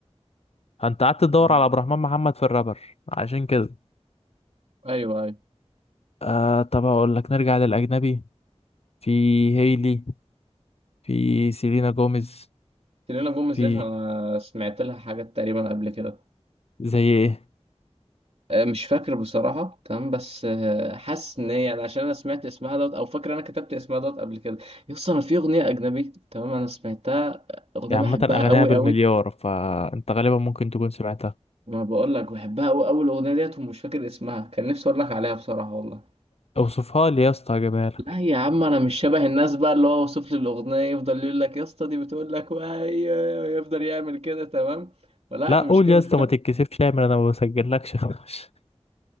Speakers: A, on the left; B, on the right.
A: انت قعدت تدور
B: مم.
A: على عبد الرحمن محمد في الرابر عشان كده
B: ايوه ايوه
A: آه طب هقول لك نرجع للاجنبي في هيلي في سيلينا جوميز
B: سيلينا جوميز
A: في
B: ديت انا سمعت لها حاجات تقريبا قبل كده
A: زي ايه
B: آه، مش فاكر بصراحة تمام بس آه، حاسس ان هي يعني عشان انا سمعت اسمها دوت او فاكر انا كتبت اسمها دوت قبل كده يس انا في اغنية اجنبي تمام انا سمعتها آه، اغنية
A: يعني
B: بحبها
A: عامه اغانيها
B: قوي
A: بالمليار
B: قوي
A: فانت غالبا ممكن تكون سمعتها
B: ما بقول لك بحبها قوي قوي الاغنية ديت ومش فاكر اسمها كان نفسي اقول لك عليها بصراحة والله
A: اوصفها لي يا اسطى هجيبها لك
B: لا يا عم انا مش شبه الناس بقى اللي هو وصف لي الاغنية يفضل يقول لك يا اسطى دي بتقول لك وهي يفضل يعمل كده تمام ولا
A: لا
B: انا
A: قول
B: مش كده
A: يا اسطى ما تتكسفش اعمل انا ما بسجلكش خلاص